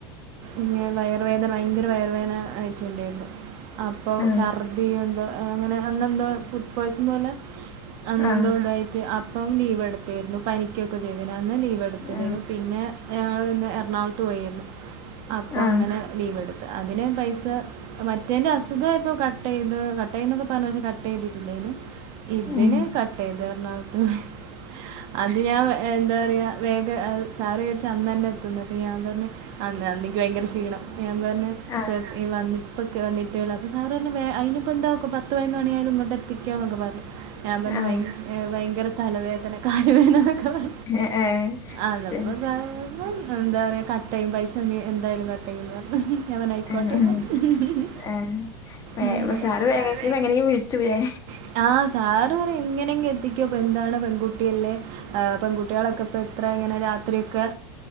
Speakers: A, on the right (about 40°); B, on the left (about 25°).
A: ഇങ്ങനെ വയറ് വേദന ഭയങ്കര വയറുവേദന ആയിറ്റ്ണ്ടേര്ന്നു. അപ്പ
B: ആ.
A: ഛർദി എന്തോ അങ്ങനെ അന്നെന്തോ ഫുഡ് പോയ്സൺ പോലെ അന്നെന്തോ
B: ആ.
A: ഇതായിറ്റ് അപ്പം ലീവ് എടുത്തീര്ന്നു. പനിക്കൊക്കെ ചെയ്തിന്. അന്ന് ലീവ് എട്ത്ത്ണ്ടേനു.
B: ആ.
A: പിന്നെ ഞങൾ പിന്നെ എറണാകുളത്ത് പോയിന്നു. അപ്പം
B: ആ.
A: അങ്ങനെ ലീവ് എട് ത്ത് അതിന് പൈസ മറ്റേന്റെ അസുഖം ആയപ്പോ കട്ട് ചെയ്ത് കട്ട് ചെയ്യുംന്നൊക്കെ പറഞ്ഞ് പക്ഷെ കട്ട് ചെയ്തിട്ടില്ലേനു
B: ഹ്മ്മ്.
A: മറ്റേന് കട്ടെയ്ത് എറണാകുൾത്ത് പോയേന്. അത് ഞാൻ എന്താ പറയാ വേഗ അത് സാറിയാര്ച്ച് അന്നന്നെ എത്തുംന്ന് അപ്പം ഞാൻ പർഞ് അന്ന് അന്ന് ഇൻക്ക് ഭയങ്കര ക്ഷീണം. ഞാൻ പർഞ്
B: ആ.
A: സർ വന്നി ഇപ്പ കെ വന്നിട്ടേയുള്ളു. അപ്പം സാറ് പർഞ് വേ അയ്നിപ്പം എന്താ പത്ത് പതിനൊന്ന് മണിയായാലും ഇങ്ങട്ട് എത്തിക്കോന്നൊക്കെ പറഞ്ഞ്. ഞാൻ പറഞ്ഞു
B: ആ.
A: ഭയങ്കര തലവേദന കാല് വേദനാ നൊക്കെ പർ
B: ഏ ഏ,
A: അങ്ങനെ
B: ചെ
A: അത്പ്പെതാ ഞങ്ങള് എന്താ പറയാ കട്ട് ചെയ്യും പൈസ എന്താ എന്തായാലും കട്ട് ചെയ്യുന്ന് പറഞ്ഞു. ഞൻ പറഞ്ഞു ആയിക്കോട്ടെന്നറഞ്ഞു
B: ഹ്മ്മ്. ആ. വേ
A: ഉം
B: അപ്പൊ
A: ഏഹ്
B: മാക്സിമം
A: സാറ്
B: എങ്ങനെയും വിളിച്ചൂലേ?
A: <unintelligible> ആഹ് സാറ് പറയും എങ്ങനെയെങ്കിലും കെട്ടിക്കോ ഇപ്പൊ എന്താണ് പെൺകുട്ടിയല്ലേ? ആഹ് പെൺകുട്ടികളൊക്കെ ഇപ്പോ എത്ര ഇങ്ങനെ രാത്രി ഒക്കെ